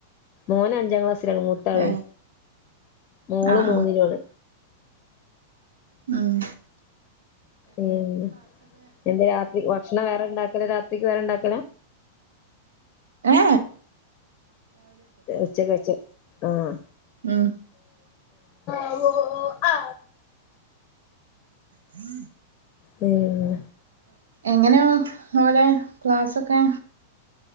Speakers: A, on the left (about 40°); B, on the right (about 75°).
A: മോന അഞ്ചാം ക്ലാസ് ആണ് മൂത്താളെ
B: ഏഹ്
A: മോള്
B: ആഹ്
A: മൂന്നിലും ആണ്
B: ആഹ
A: ഉം എന്ത് രാത്രി ഭക്ഷണം വേറെ ഇണ്ടാക്കല രാത്രിക്ക് വേറെ ഇണ്ടാക്കല
B: ആ
A: ഉച്ചക്ക് കഴിച്ചു ആഹ
B: ഉം
A: ആഓ ആ
B: ഹം
A: മ്മ്
B: എങ്ങനെ ഓലെ ക്ലാസ്ഒക്കെ